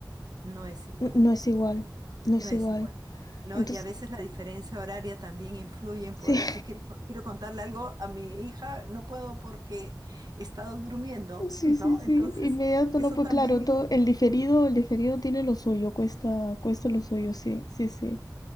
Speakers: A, on the right; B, on the left.
A: no es igual.
B: No es igual, no
A: No
B: es
A: es
B: igual.
A: igual, ¿no?
B: Entonces,
A: Y a veces la diferencia horaria también influye en
B: sí,
A: poder, tú quieres, quiero contarle algo a mi hija, no puedo porque he estado durmiendo,
B: Sí, sí,
A: ¿no?
B: sí,
A: Entonces,
B: inmediato,
A: eso
B: no, pues
A: también,
B: claro, todo, el diferido, el diferido tiene lo suyo, cuesta, cuesta lo suyo, sí, sí, sí,